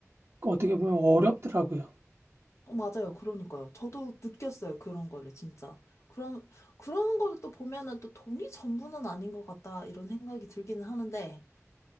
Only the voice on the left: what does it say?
맞아요. 그러니까요. 저도 느꼈어요. 그런 거를 진짜. 그런, 그런 거를 또 보면은 또 돈이 전부는 아닌 것 같다. 이런 생각이 들기는 하는데.